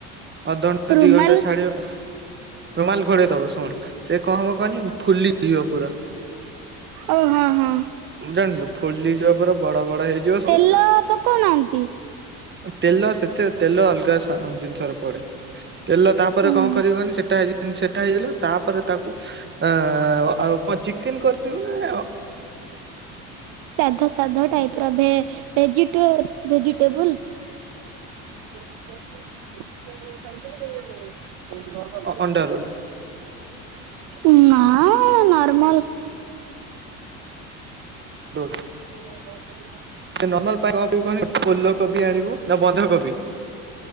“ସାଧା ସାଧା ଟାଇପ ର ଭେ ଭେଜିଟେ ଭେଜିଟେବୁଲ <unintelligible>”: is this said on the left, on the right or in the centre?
Right